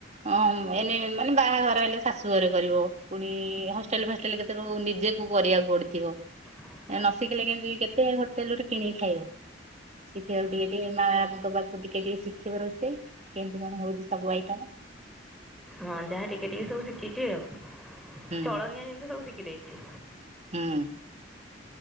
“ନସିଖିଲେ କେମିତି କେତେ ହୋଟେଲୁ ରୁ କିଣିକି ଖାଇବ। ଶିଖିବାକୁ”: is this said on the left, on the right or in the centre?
Right